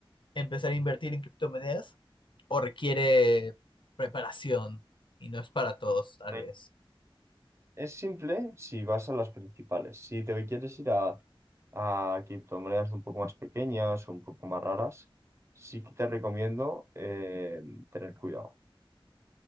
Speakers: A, on the left; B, on the right.
A: empezar a invertir en criptomonedas o requiere preparación y no es para todos, tal
B: Ok.
A: vez.
B: Es simple si vas a las principales. Si te quieres ir a a criptomonedas un poco más pequeñas o un poco más raras, sí que te recomiendo eh, tener cuidado